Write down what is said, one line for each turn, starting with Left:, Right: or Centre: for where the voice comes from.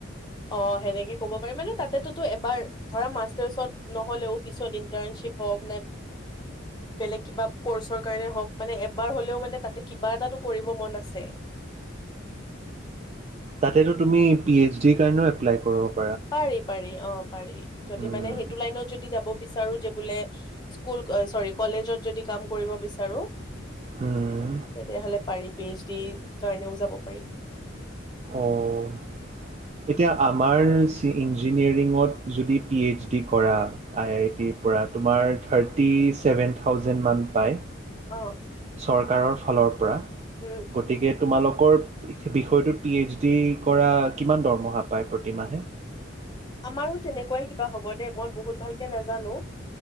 Left: অ সেনেকে কব পাৰ মানে তাতেটোত এবাৰ মাষ্টাৰ চেফ নহ'লেও ইন্টাৰনচিপ হক বেলেগ কিবা ক্ৰছৰ কাৰণে হক এবৈ হলও কিবা এটাটো কৰিব মন আছে
Right: তাতে তুমি পি এইচ ডিৰ কাৰণেও এপ্লাই কৰক
Left: পাৰি পাৰি অ পাৰি যদি
Right: উম,
Left: মানে সেইটো লাইনত যদি যাব বিচাৰো যাবলে স্কুল চৰী কলেজত যদি কাম কৰিব বিচাৰো
Right: উম,
Left: তেতিয়াহ'লে পাৰি বেজ দি কাৰণেও যাব পাৰি
Right: অঁ এতিয়া আমাৰ ইঞ্জিনিয়াৰিঙত যদি পি এইচ ডি কৰা আই আই টিৰ পৰা তোমাৰ থাৰ্টি চছেভেন থাউজেণ্ড মান পায়
Left: অ
Right: চৰকাৰৰ ফালৰ পৰা
Left: উম
Right: গতিকে তোমালোকৰ বিষয়টোত পি এইচ ডি কৰা কিমান দৰমহা পায় প্ৰতিমাহে
Left: আমাৰো তেনেকুৱাই কিবা হ'ব দেই মই বহুত ভালকে নাজানো